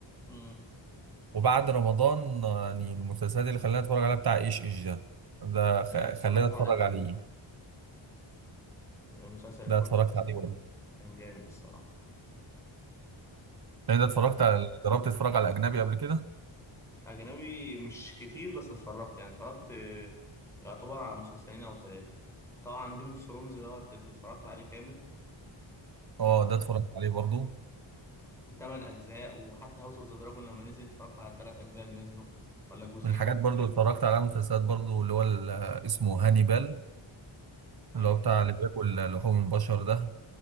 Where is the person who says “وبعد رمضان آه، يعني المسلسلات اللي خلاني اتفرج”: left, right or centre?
Right